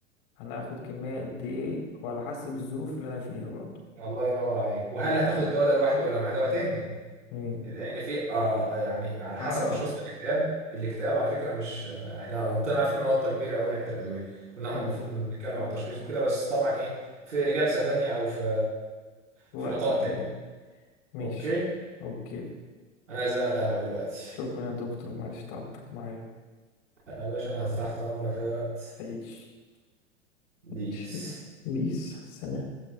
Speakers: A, on the left (about 50°); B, on the right (about 75°).
A: انا هاخد كمية قد ايه وعلى حسب الظروف اللي انا فيها برضو
B: الله ينور عليك وهل
A: صح
B: هتاخد
A: كده
B: الدواء ده لوحده ولا مع دواء تاني
A: امم
B: لان في آه، آه، يعني على
A: اعراض
B: حسب تشخيصنا الاكتئاب الاكتئاب على فكره مش آه، احنا نطينا على فكره نقطه كبيره قوي ناحيه الادويه كنا احنا
A: امم
B: المفروض نتكلم على التشخيص وكده بس طبعا ايه في جلسه ثانيه او في
A: وقت
B: في لقاء
A: تاني
B: تاني
A: ماشي
B: اوكي
A: اوكي
B: انا عايز أقعد على القهوه دلوقتي
A: شكرا يا دكتور معلش تعبتك معايا
B: يا باشا انا تحت امرك في اي وقت
A: تعيش
B: بيس
A: ماشي بيس سلام